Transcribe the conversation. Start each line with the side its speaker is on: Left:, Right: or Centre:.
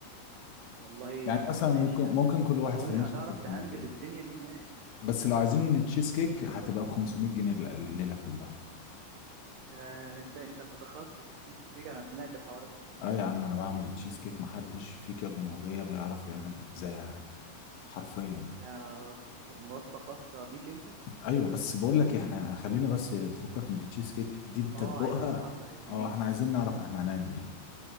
Right: والله
Left: يعني
Right: يعني
Left: مثلا
Right: ماشي
Left: ممكن
Right: يا
Left: ممكن
Right: عم
Left: كل واحد
Right: لو
Left: في
Right: انت
Left: رينج
Right: هتعرف
Left: 300
Right: تهندل
Left: جنيه
Right: الدنيا دي ماشي
Left: بس لو عايزين تشيز كيك هتبقى ب 500 جنيه الليلة كلها
Right: ده انت انت متخصص تشيز كيك انا سمعت الحوار ده
Left: اه يا عم انا بعمل التشيز كيك محدش فيك يا جمهورية بيعرف يعمل زيها حرفيا
Right: ده يعني وصفة خاصة بيك انت
Left: ايوه بس بقول لك إيه، احنا خلينا بس فكك من التشيز كيك دي انت
Right: اه
Left: تدوقها
Right: عايزين نحضر يا زميلي
Left: اه احنا عايزين نعرف احنا هنعمل ايه